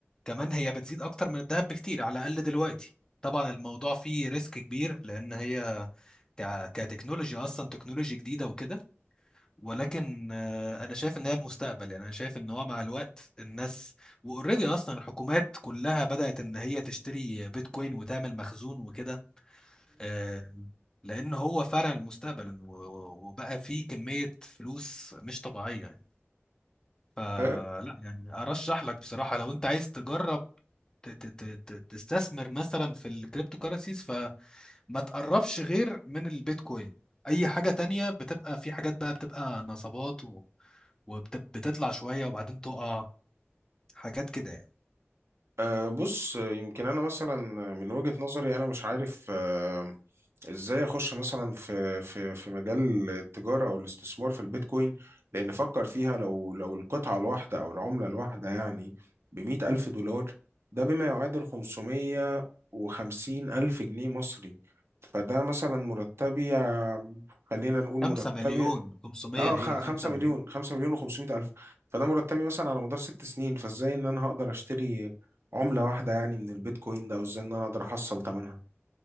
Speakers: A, on the left (about 15°); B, on the right (about 65°).
A: كمان هي بتزيد اكتر من الذهب بكتير على الاقل دلوقتي طبعا الموضوع فيه ريسك كبير لان هي ك- كتكنولوجيا اصلا تكنولوجيا جديده وكده ولكن آه، انا شايف ان هي المستقبل يعني انا شايف ان هو مع الوقت الناس واوريدي اصلا الحكومات كلها بدات ان هي تشتري بيتكوين وتعمل مخزون وكده آه، لان هو فعلا المستقبل و- و- وبقى فيه كميه فلوس مش طبيعيه فلا
B: مم.
A: يعني ارشح لك بصراحه لو انت عايز تجرب ت- ت- ت- ت- تستثمر مثلا في الكريبتو كارنسيز فما تقربش غير من البيتكوين اي حاجه تانية بتبقى في حاجات بقى بتبقى نصبات و- وبتطلع شويه وبعدين تقع حاجات كده يعني
B: أه بص يمكن انا مثلا من وجهة نظري انا مش عارف أه ازاي اخش مثلا في في في مجال التجارة او الاستثمار في البيتكوين لان فكر فيها لو لو القطعة الواحدة او العملة الواحدة يعني بمية الف دولار ده بما يعادل خمسمية وخمسين الف جنيه مصري فده مثلا مرتبي آه، خلينا نقول مرتبي
A: 5 مليون 500
B: اه
A: ايه
B: خ-
A: 5
B: 5
A: مليون
B: مليون 5 مليون و500 الف فده مرتبي مثلا على مدار ست سنين فازاي ان انا هقدر اشتري عملة واحدة يعني من البيتكوين ده او ازاي ان انا اقدر احصل ثمنها